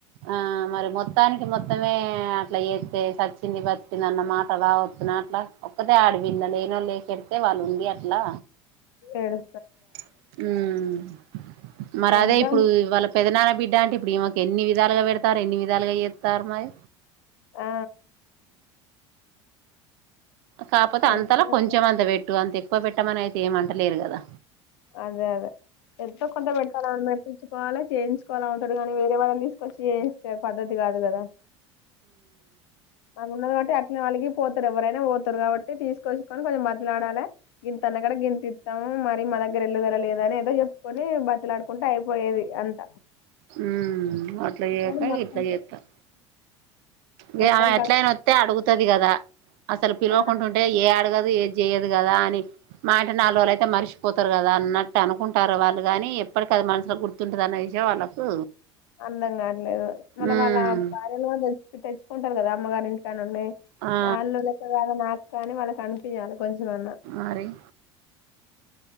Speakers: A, on the right; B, on the left.
A: ఆ మరి మొత్తానికి మొత్తమే అట్లా చే సచ్చింది బతికింది అన్న మాట రావచ్చన్నా అట్లా ఒక్కదే ఆడపిల్ల లేనోళ్ళు లేక <unintelligible> వాళ్ళు ఉండి అ లా
B: ఏడు
A: ఉం మరి అదే
B: ఎంత
A: ఇప్పుడు వాళ్ళ పెదనాన్న బిడ్డ అంటే ఇప్పుడు ఈమె కి ఎన్ని విధాలుగా పెడతారు ఎన్ని విధాలుగా చేత్తారు మరి
B: ఆ
A: కాకపోతే
B: పెడతనే
A: అంతలా కొంచెం అంత పెట్టు అంతే కుప్ప పెట్టమనైతే ఏమంటలేరు కదా
B: అదే అదే ఎంతో కొంత పెట్టాల అన్నట్టు సుకోవాలా చేయించుకోవాలి అవుతాడు కానీ వేరే వాళ్ళని తీసుకొచ్చి చేయిస్తే పద్ధతి కాదు కదా అది ఉన్నది <unintelligible> అలిగి పోతారు ఎవరైనా పోతారు కాబట్టి తీసుకొచ్చుకని కొంచం బతిమాడలి గింత అన్న గాడ గింత ఇత్తము మరి మ దగ్గ దగ్గరెల్లుగలలేద <unintelligible> అని ఏదో చెప్పుకొని బతులాడుకుంటే అయిపోయేది అంత
A: హు అట్ల చేయక
B: కానీ మొత్తం
A: ఇట్ల చెత్తాల్ ఇగ
B: మొత్తానికి
A: ఆమె ఎట్లయిన వత్తే అడుగుతది కదా, అసలు పిలువకుంటుంటే
B: ఆ
A: ఏ అడగదు ఏద్ చేయ్యదు. దు కదా అని, మా అంటె నాల్రోజులైతే మర్ష్పోతరు కదా అన్నట్టు అనుకుంటార్రు వాళ్ళు కాని, ఎప్పటికది మనుషులో గుర్తుంటది అనే విషయం వాళ్ళకు
B: అర్థం కాట్లెదు మొన్న
A: ఉమ్
B: వాళ్ళ భార్యలు కూడ తెచ్ తెచ్ కుంటరు కదా అమ్మగారింటికానుండి,
A: ఆ
B: వాళ్ళు లెక్క కాదు నాక్ కనీ వాళ్ళక్ ఆనిపియ్యాలె. కొంచం అన్న
A: మరి